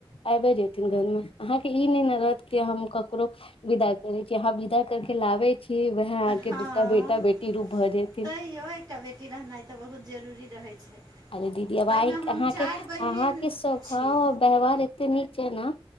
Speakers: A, on the left (about 75°); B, on the right (about 40°).
A: आइबे जेथिन घर में। अहां के ई नहि ने रहत के हम ककरो विदा करे छी अहां विदा करके लाबे। छी व्हे आके
B: हँ
A: दुटा बेटा बेटी रूप भऽ जेथिन
B: तैयो एकटा बेटी रहनाइ तऽ, बहुत जरूरी रहैत छै,
A: अरे दीदी अबाइ
B: ताहिमे हम
A: अहाँके
B: चारि
A: -अहाँके
B: बहिन
A: स्वभाव
B: छी
A: अब व्यवहार एते नीक छै न,